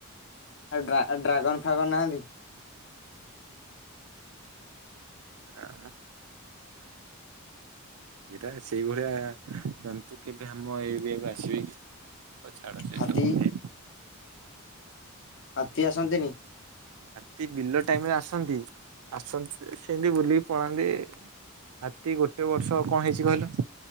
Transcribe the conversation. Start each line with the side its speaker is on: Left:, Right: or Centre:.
Left: ଆଉ ଡ୍ରା ଡ୍ରାଗନ ଫାଗନ ନାହାନ୍ତି?
Right: ଆ। ଏଟା ସେଇଭଳିଆ ଜନ୍ତୁ କେବେ ଆମ ଏରିଆକୁ ଆସିବେ କି। ହଉ ଛାଡ଼ ସେ
Left: ହାତୀ
Right: ସବୁ। <unintelligible>
Left: ହାତୀ ଆସନ୍ତିନି?
Right: ହାତୀ ବିଲ ଟାଇମରେ ଆସନ୍ତି। ଆସନ୍ତି ଯେ ସେମିତି ବୁଲିକି ପଳାନ୍ତି। ହାତୀ ଗୋଟେ ବର୍ଷ କଣ ହେଇଛି କହିଲ